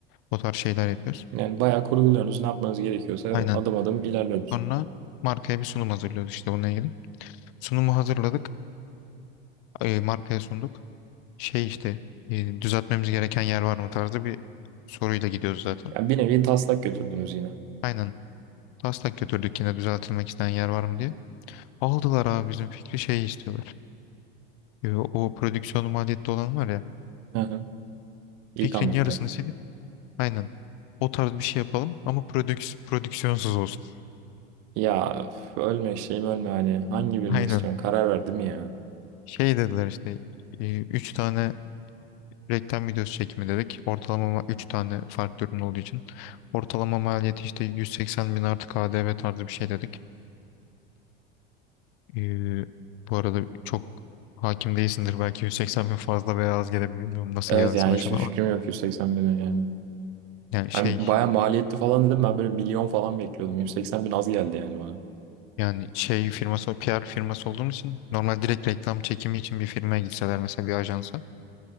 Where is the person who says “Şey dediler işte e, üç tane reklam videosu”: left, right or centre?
Left